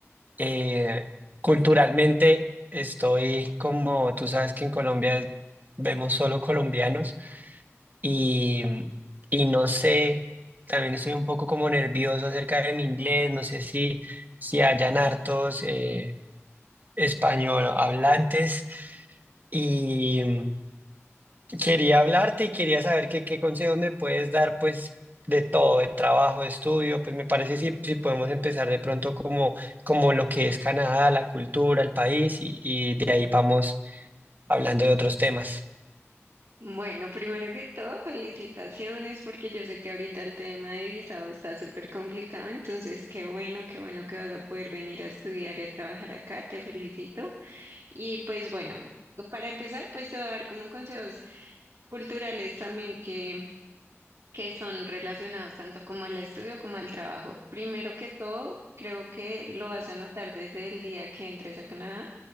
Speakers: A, on the right; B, on the right.
A: Eh, culturalmente estoy como, tú sabes que en Colombia vemos solo colombianos y, y no sé, también estoy un poco como nervioso acerca de mi inglés, no sé si, si hayan hartos eh, español hablantes Y Quería hablarte y quería saber qué, qué consejo me puedes dar, pues, de todo, de trabajo, de estudio, pues me parece si, si podemos empezar de pronto como, como lo que es Canadá, la cultura, el país, y, y de ahí vamos hablando de otros temas.
B: Bueno, primero que todo, felicitaciones porque yo sé que ahorita el tema de visado está súper complicado, entonces qué bueno, qué bueno que vas a poder venir a estudiar y a trabajar acá, te felicito. Y pues bueno, para empezar, pues te voy a dar como consejos culturales también que, que son relacionados tanto como al estudio como al trabajo. Primero que todo, creo que lo vas a notar desde el día que entres a Canadá